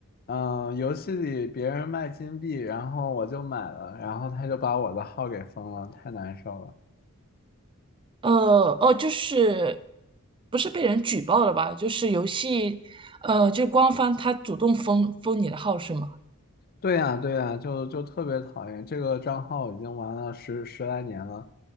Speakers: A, on the left; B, on the right.
A: 嗯、游戏里别人卖金币，然后我就买了，然后他就把我的号给封了，太难受了。
B: 呃，哦，就是不是被人举报了吧？就是游戏，呃，就是官方他主动封封你的号是吗？
A: 对呀，对呀，就就特别讨厌这个账号，已经玩了十十来年了。